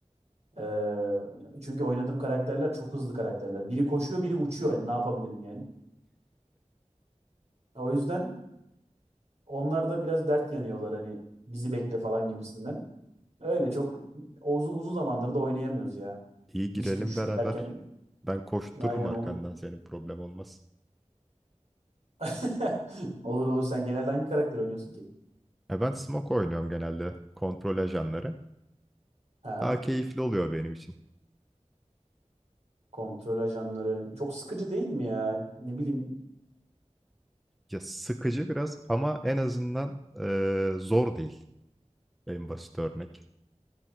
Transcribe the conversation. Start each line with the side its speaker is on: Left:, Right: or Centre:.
Right: Ee, çünkü oynadığım karakterler çok hızlı karakterler. Biri koşuyor, biri uçuyor. Yani ne yapabilirim yani? O yüzden onlar da biraz dert yanıyorlar hani bizi bekle falan gibisinden. Öyle çok uzun uzun zamandır da oynayamıyoruz ya.
Centre: İyi
Right: İş
Centre: girelim
Right: güç
Centre: beraber.
Right: derken
Centre: Ben koştururum
Right: aynen
Centre: arkandan senin problem olmaz.
Right: <laughs> Olur olur. Sen genelde hangi karakter oynuyorsun ki?
Centre: Ya ben smoke oynuyorum genelde kontrol ajanları.
Right: Aha.
Centre: Daha keyifli oluyor benim için.
Right: Kontrol ajanları. Çok sıkıcı değil mi ya? Ne bileyim.
Centre: Ya sıkıcı biraz ama en azından eee, zor değil en basit örnek.